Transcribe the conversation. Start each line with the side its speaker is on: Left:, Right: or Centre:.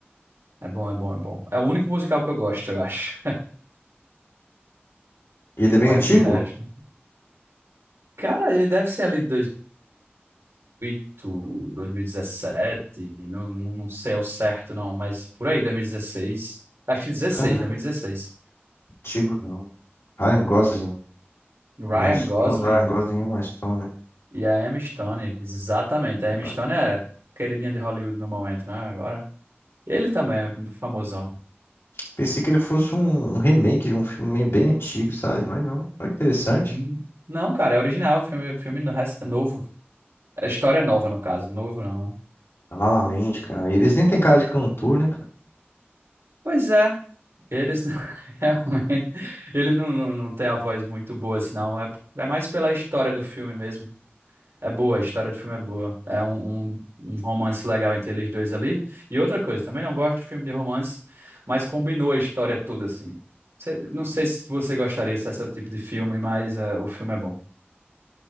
Right: É bom, é bom, é bom. É o único musical que eu gosto, eu acho.
Left: E ele é bem
Right: Mas
Left: antigo?
Right: de resto. Cara, ele deve ser ali de 2018, 2017, não, não não sei ao certo não, mas por aí, dois mil e dezesseis acho que dezesseis
Left: Ah,
Right: dois mil e dezesseis
Left: antigo não. Ryan Gosling.
Right: Ryan
Left: Emma Stone,
Right: Gosling
Left: Ryan Gosling e Emma Stone.
Right: e a Emma Stone, exatamente.
Left: Ih,
Right: A Emma
Left: olha.
Right: Stone é queridinha de Hollywood no momento, né? Agora, ele também é famosão.
Left: Pensei que ele fosse um, um remake de um filme bem antigo, sabe? Mas não. Olha que interessante.
Right: Hum. Não, cara, é original, filme, filme no- novo. É história nova, no caso, novo não. né?
Left: La La Land, cara. Eles nem têm cara de cantor, né, cara?
Right: Pois é, Eles <laughs> realmente eles não, não, não têm a voz muito boa, assim, não. É, é mais pela história do filme mesmo. É boa, a história do filme é boa. É um, um, um romance legal entre eles dois ali. E outra coisa, também não gosto de filme de romance, mas combinou a história toda, assim. Cê- não sei se você gostaria se esse é o tipo de filme, mas é, o filme é bom.